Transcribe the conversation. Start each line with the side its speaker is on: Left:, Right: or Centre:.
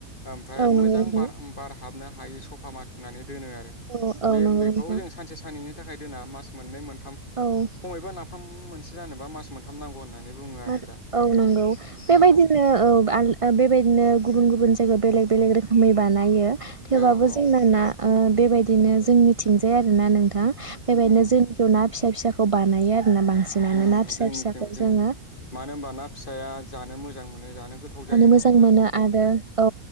Left: ओमफ्राय
Right: औ
Left: मोजां
Right: नंगौ नोंथां
Left: बार बार हाबनो हायो सफा माथुनानै दोनो आरो
Right: औ
Left: बे
Right: औ नंगौ
Left: बेखौ
Right: नोंथां
Left: जों सानसे साननैनो नि थाखाय दोना मास मोननै मोन खमायबा
Right: औ
Left: नाफाम मोनसे जानोबा मास मोनथाम नांगौ होननानै बुङो
Right: आरो
Left: दा
Right: औ नगौ बेबायदिनो
Left: औ
Right: औ आल बेबायदिनो गुबुन गुबुन जायगायाव बेलेग बेलेग रोखोमै बानायो थेवब्लााबो
Left: औ औ
Right: जोंना ना ओ बेबायदिनो जोंनिथिंजाय आरो ना नोंथां बेबायदिनो
Left: उम
Right: जोंनि ना फिसा फिसाखौ बानायो आरो जना बांसिनानो
Left: उम
Right: ना फिसा
Left: जोंनिथिं
Right: फिसाखौ
Left: जोंनिबो
Right: जोंङो
Left: मानो होनबा ना फिसाया जानो मोजां मोनो जानो गोथाव जायो
Right: जानो
Left: होनना
Right: मोजां
Left: बुङो नाफामखौ
Right: मोनो आरो औ